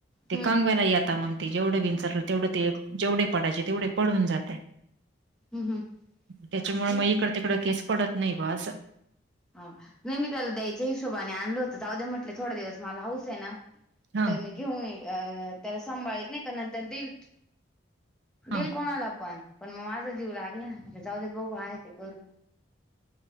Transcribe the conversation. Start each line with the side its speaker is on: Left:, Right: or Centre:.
Right: ते
Centre: हम्म
Right: कांगव्याला येता म्हणते जेवढं विंचारलं तेवढं ते जेवढे पडायचे तेवढे पण जाते
Centre: हम्म
Right: त्याच्यामुळे
Centre: हम्म
Right: मग इकड तिकड केस पडत नाही बा अस.
Centre: हा म मी त्याला द्यायच्या हिशोबाने आणलं होतं जाऊद्या म्हटले थोड दिवस मला हौस आहे ना
Right: हा
Centre: तर मी घेऊन ये अ त्याला सांभाळत नाही का नंतर देईल. देल
Right: हा
Centre: कोणाला पण पण मग माझा जीव लागला जाऊ दे बघू आहे ते करू